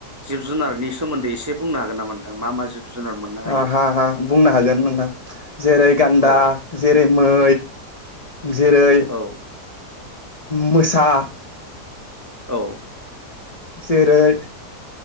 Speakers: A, on the right; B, on the left.
A: जिब जुनारनि सोमोन्दै एसे बुंनो हागोन नामा नोंथां मा मा जिब जुनार मोननो हायो
B: अ हा हा बुंनो हागोन नोंथां जेरै गान्दा
A: औ
B: जेरै मै जेरै
A: औ
B: मोसा
A: औ
B: जेरै